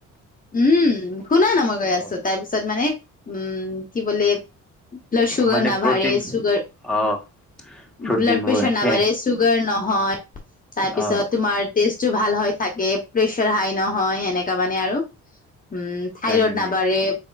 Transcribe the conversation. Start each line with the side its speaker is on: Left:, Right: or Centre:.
Left: উম শুনা ন মই গৈ
Centre: অ
Left: আছো তাৰ পিছত মানে উম। কি বোলে। ব্লাড চুগাৰ
Centre: মানে
Left: নাবাহে
Centre: প্ৰটিন
Left: চুগাৰ
Centre: অ প্ৰটিনবোৰ
Left: ব্লড প্ৰেছাৰ
Centre: আছে
Left: নাভঢাৰে চুগাৰ ন হয়। তাই। তাৰ পিছত
Centre: অ
Left: তোমাৰ টেষ্টটো ভাল হৈ থাকে, প্ৰেচাৰ হাই নহয়। সেনেকা মানে আৰু। উম, থাইৰড
Centre: হয় নেকি
Left: নাবাঢ়ে